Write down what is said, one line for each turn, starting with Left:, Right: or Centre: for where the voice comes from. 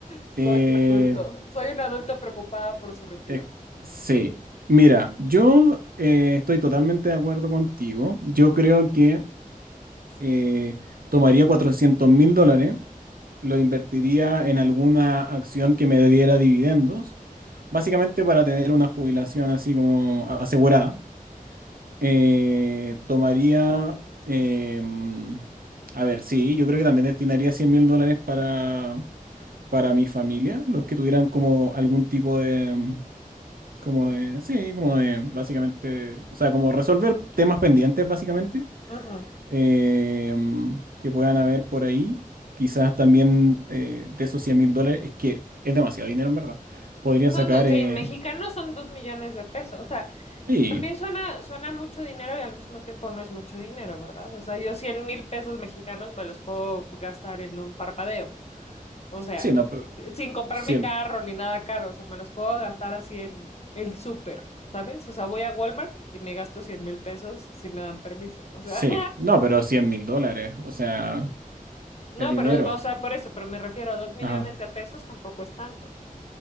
Left: Soy
Right: Eh,
Left: un adulto, soy un adulto preocupada por su retiro.
Right: es- sí, mira, yo eh, estoy totalmente de acuerdo contigo. Yo creo que eh, tomaría cuatrocientos mil dólares, lo invertiría en alguna acción que me diera dividendos, básicamente para tener una jubilación así como asegurada Eh, tomaría, em, a ver, sí, yo creo que también destinaría cien mil dólares para, para mi familia, los que tuvieran como algún tipo de, mm, como de, sí, como de, básicamente, o sea, como resolver temas pendientes, básicamente,
Left: Ujú.
Right: em, que puedan haber por ahí. Quizás también eh, de esos cien mil dólares, es que es demasiado dinero en verdad. Podrían
Left: Son,
Right: sacar,
Left: sí,
Right: eh,
Left: mexicanos son dos millones de pesos. O sea,
Right: sí,
Left: también suena, suena mucho dinero y al mismo tiempo no es mucho dinero, ¿verdad? O sea, yo 100 mil pesos mexicanos me los puedo gastar en un parpadeo. O sea,
Right: sí, no,
Left: sin comprarme
Right: 100,
Left: carro ni nada caro. O sea, me los puedo gastar así en el súper, ¿sabes? O sea, voy a Walmart y me gasto 100 mil pesos si me dan permiso. O
Right: Sí,
Left: sea,
Right: no, pero cien mil dólares, o sea,
Left: <laughs> no,
Right: es dinero.
Left: pero, o sea, por eso, pero me refiero a dos millones
Right: Ajá.
Left: de pesos tampoco es tanto.